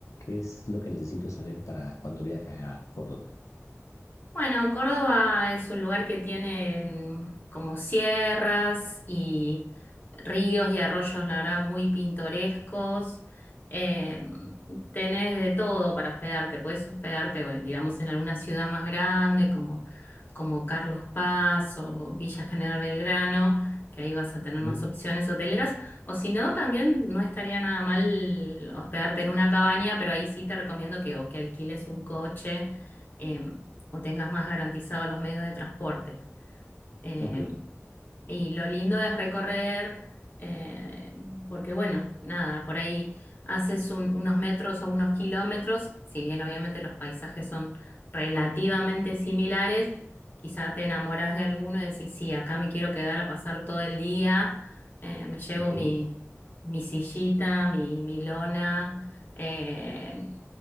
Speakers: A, on the left (about 90°); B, on the left (about 40°).
A: qué es lo que necesito saber para cuando viaje a Córdoba.
B: Bueno, Córdoba es un lugar que tiene mm, como sierras y ríos y arroyos, la verdad, muy pintorescos. Eh, tenés de todo para hospedarte. Podés hospedarte, bueno, digamos, en alguna ciudad más grande como, como Carlos Paz o Villa General Belgrano, que ahí vas a tener
A: Ujú,
B: más opciones hoteleras. O si no, también no estaría nada mal hospedarte en una cabaña, pero ahí sí te recomiendo que, o que alquiles un coche eh, o tengas más garantizados los medios de transporte. Eh,
A: Ok,
B: y lo lindo es recorrer, eh, porque bueno, nada, por ahí haces un- unos metros o unos kilómetros, si bien obviamente los paisajes son relativamente similares, quizá te enamoras de alguno y decís, sí, acá me quiero quedar a pasar todo el día, eh, me llevo
A: ok.
B: mi, mi sillita, mi, mi lona. eh,